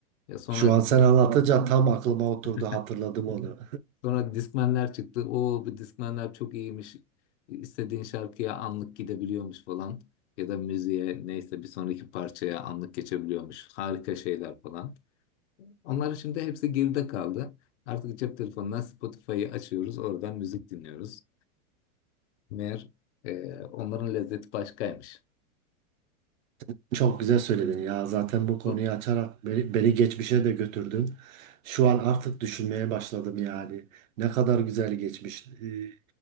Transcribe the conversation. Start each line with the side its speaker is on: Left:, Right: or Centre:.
Left: Ya sonra
Right: Şu an sen anlatınca tam aklıma oturdu,
Left: <laughs>
Right: hatırladım onu.
Left: sonra Discman'ler çıktı. O bu Discman'ler çok iyiymiş. İstediğin şarkıya anlık gidebiliyormuş falan. Ya da müziğe neyse bir sonraki parçaya anlık geçebiliyormuş. Harika şeyler falan. Onlar şimdi hepsi geride kaldı. Artık cep telefonundan Spotify'ı açıyoruz, oradan müzik dinliyoruz. Meğer e, onların lezzeti başkaymış.
Right: <laughs> Çok güzel söyledin ya. Zaten bu konuyu
Left: Bu,
Right: açarak beni, beni geçmişe de götürdün. Şu an artık düşünmeye başladım yani. Ne kadar güzel geçmiş. ee,